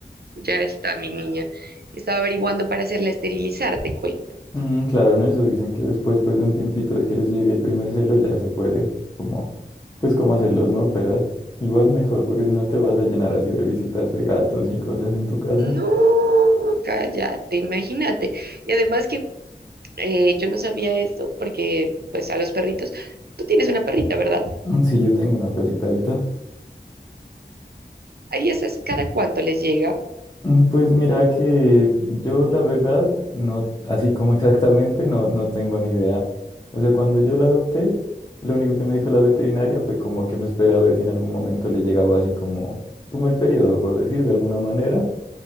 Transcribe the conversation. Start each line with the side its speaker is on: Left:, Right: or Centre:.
Right: ya está mi niña. Estaba averiguando para hacerla esterilizar, te cuento.
Left: Mm, claro, no, eso dicen que después, pues de un tiempito de que les llegue el primer celo, ya se puede, como, pues cómo hacerlos, ¿no? Operar. Igual mejor, porque si no te vas a llenar así de visitas de gatos y cosas en tu casa.
Right: No, cállate, imagínate. Y además que eh, yo no sabía esto porque, pues, a los perritos, tú tienes una perrita, ¿verdad?
Left: Mm, Sí, yo tengo una perrita ahorita.
Right: Ahí esas, ¿cada cuánto les llega?
Left: Mm, Pues mira que yo la verdad, no, así como <laughs> exactamente, no, no tengo ni idea. O sea, cuando yo la adopté, lo único que me dijo la veterinaria fue como que me espera a ver si en algún momento le llegaba así como, como el periodo, por decir, de alguna manera.